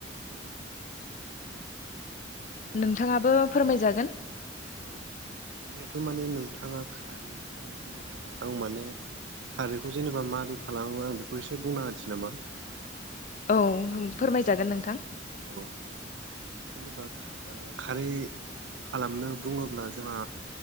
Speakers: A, on the right; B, on the left.
A: औ
B: नोंथाङाबो फोरमायजागोन।
A: औ जिहेथु माने नोंथाङा खारै खारै होनबाय थादों आं माने खारैखौ जेनेबा मारै खालामो आं बेखौ एसे बुंना होनसै नामा?
B: औ होम फोरमायजागोन नोंथां।
A: औ जेनेबा खा ओ खारै खालामनो बुङोब्ला जोंहा